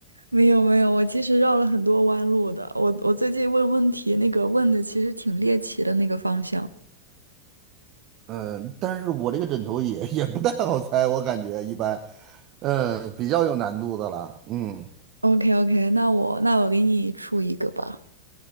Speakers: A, on the right; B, on the right.
A: 没有没有，我其实绕了很多弯路的。我我最近问问题，那个问的其实挺猎奇的那个方向。
B: 嗯，呃但是我这个枕头也也不太好猜，我感觉一般，嗯，比较有难度的了。嗯，
A: OK OK，那我那我给你出一个吧。